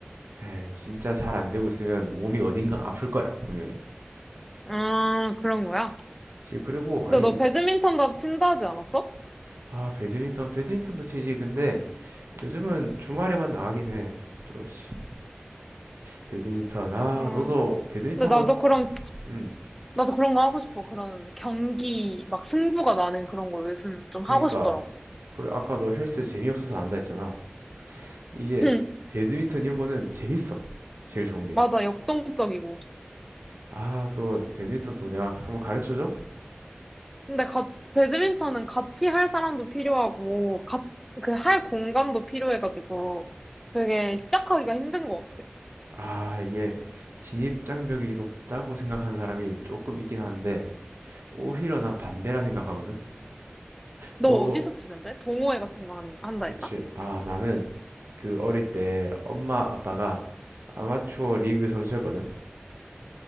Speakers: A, on the right (about 80°); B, in the centre.
A: 에이, 진짜 잘 안 되고 있으면 몸이 어딘가 아플 거야, 분명히.
B: 아, 그런 거야.
A: 지- 그리고 아니
B: 근데 너 배드민턴도 친다 하지 않았어?
A: 아 배드민턴 배드민턴도 치지 근데 요즘은 주말에만 나가긴 해. 좀 시- 배드민턴 아
B: 어.
A: 너도 배드민턴
B: 근데
A: 한번
B: 나도 그런
A: 음
B: 나도 그런 거 하고 싶어. 그런 경기, 막 승부가 나는 그런 거 요즘 좀
A: 그니까
B: 하고 싶더라고. <laughs>
A: 그래 아까 너 헬스 재미없어서 안 한다 했잖아. 이게
B: 응,
A: 배드민턴 이런 거는 재밌어. 제일 좋은 게.
B: 맞아, 역동적이고.
A: 아 또 배드민턴 또 내가 한번 가르쳐줘?
B: 근데 가, 배드민턴은 같이 할 사람도 필요하고, 같이, 그 할 공간도 필요해가지고, 되게 시작하기가 힘든 것 같아.
A: 아 이게 진입장벽이 높다고 생각하는 사람이 조금 있긴 한데 오히려 난 반대라 생각하거든.
B: 너
A: 너
B: 어디서 치는데? 동호회 같은 거 한, 한다
A: 그렇지.
B: 했나?
A: 아, 나는 그 어릴 때 엄마 아빠가 아마추어 리그 선수였거든.